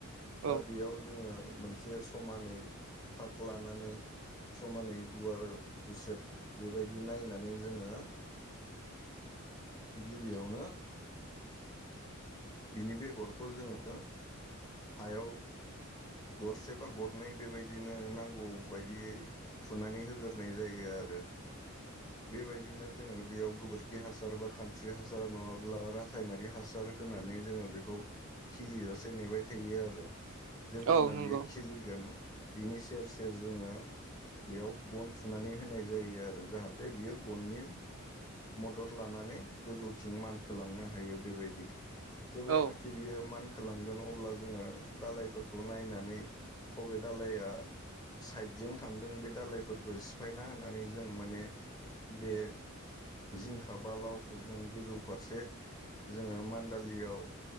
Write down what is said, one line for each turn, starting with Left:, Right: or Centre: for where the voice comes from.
Left: दा
Right: औ
Left: बेयाव जोङो मोनसे समानै फाग लानानै समानै गुवार गुसेब बेबायदि नायनानै जोङो गिबियावनो बिनि बेगरखौ जोङो हायाव गरसे बा गरनै बेबायदिनो नांगौ बायदियै थुनानै होग्रोनाय जायो आरो। बेबायदिनो जोङो बेयाव गोबोरखि हासार बा खान्स्रि हासार नङाब्ला रासायनारि हासार होनानै जोङो बेखौ खिलिजासे नेबाय थेयो आरो जेब्लाना
Right: औ नंगौ
Left: बियो खिलिगोन बिनि सेर सेर सेर जोङो बेयाव गन थुनानै होनाय जायो आरो जाहाथे बियो गननि मदद लानानै गोजौथिं मानखोलांनो हायो बेबायदि। जेब्लानाखि
Right: औ
Left: बियो मानखोलांगोन अब्ला जोङो दालायफोरखौ नायनानै अबे दालाया साइडजों थांदों बे दालायफोरखौ सिफायना होनानै जों माने बे जिंखा बा लावखौ जोङो गोजौ फारसे जोङो मान्दालियाव